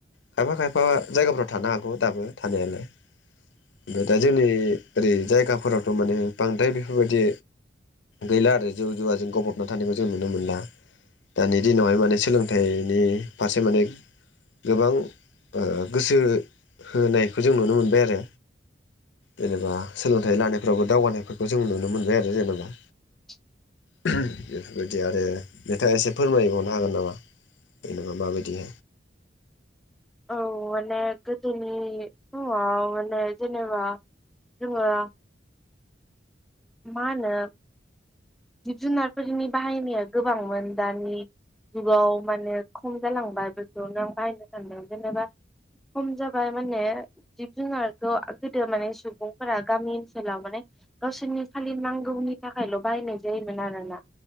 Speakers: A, on the left; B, in the centre.
A: खायफा खायफा जायगाफ्राव थानो हागौ दाबो थानायलाय। ओमफ्राय दा जोंनि ओरै जायगाफोरावथ' माने बांद्राय बेफोरबायदि गैला आरो जौ जुवाजों गफबना थानायखौ जों नुनो मोनला। दानि दिनावहाय माने सोलोंथाइनि फारसे माने गोबां गोसो होनायखौ जों नुनो मोनबाय आरो जेनेबा सोलोंथाइ लानायफोरावबो दावगानायफोरखौ जों नुनो मोनबाय आरो जेनेबा
B: <inaudible>
A: बेफोरबायदि आरो नोंथाङा एसे फोरमायबावनो हागोन नामा जेनेबा माबायदि
B: <inaudible> औ मानेे गोदोनि समाव मानेे जेनेबा जोंङो मा होनो जिब जुनारफोरनि बाहायनाया गोबांमोन दानि जुगाव माने खम जालांबाय बेखौनो आं बाहायनो सानदों जेनेबा खम जाबाय माने जिब जुनारखौ गोदो माने सुबुंफोरा गामि ओनसोलाव माने गावसोरनि खालि नांगौनि थाखायल' बाहायनाय जायोमोन आरोना